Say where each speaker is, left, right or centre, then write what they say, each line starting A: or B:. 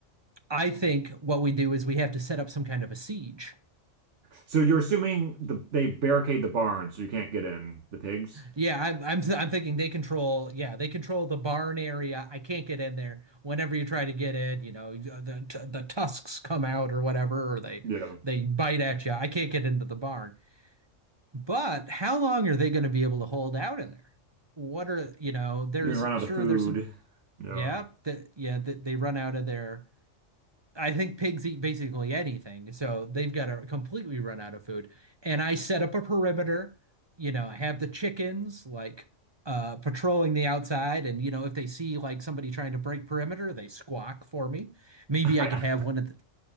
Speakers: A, on the right (about 30°); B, on the right (about 65°).
A: I think what we do is we have to set up some kind of a siege.
B: So you're assuming the they barricade the barn so you can't get in. The pigs,
A: Yeah, I'm I'm I'm thinking they control. Yeah, they control the barn area. I can't get in there. Whenever you try to get in, you know the the tusks come out or whatever, or they
B: yeah.
A: they bite at you. I can't get into the barn. But how long are they going to be able to hold out in there? What are, you know, there's
B: You're gonna run out
A: sure
B: of food,
A: there's some,
B: yeah.
A: yeah, that, yeah, that they run out of their, I think pigs eat basically anything. So they've got to completely run out of food. And I set up a perimeter, you know, I have the chickens like uh patrolling the outside. And, you know, if they see like somebody trying to break perimeter, they squawk for me. Maybe
B: I
A: I could have one of the,